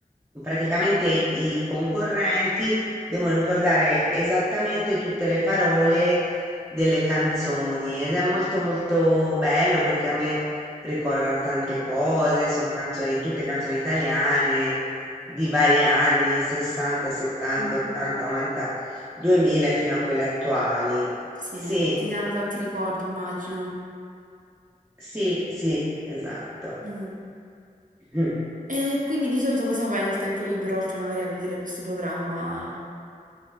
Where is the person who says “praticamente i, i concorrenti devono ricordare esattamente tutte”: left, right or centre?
Right